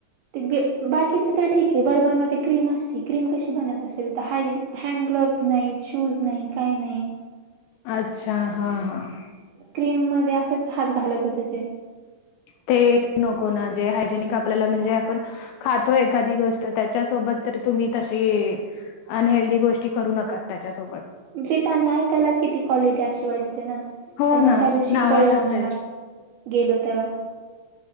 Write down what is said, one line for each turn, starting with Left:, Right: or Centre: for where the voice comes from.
Right: ते ब बाकीच तर ठीक आहे बर्बनमध्ये क्रीम असते क्रीम कशी बनत असेल तर हायजिन हँड ग्लोव्स नाही शूज नाही काही नाही
Left: अच्छा हां हां
Right: क्रीम मध्ये असेच हात घालत होते ते
Left: ते नको ना जे हायजेनिक आपल्याला म्हणजे आपण खातो एखादी गोष्ट त्याच्यासोबत तरी तुम्ही तशी अनहेल्दी गोष्टी करू नकात त्याच्यासोबत
Right: ब्रिटानिया ऐकायलाच किती क्वालिटी अशी वाटते ना
Left: हो
Right: पण
Left: ना
Right: त्या दिवशी
Left: नावातच
Right: कळला आम्हाला
Left: आहे
Right: गेलो तेव्हा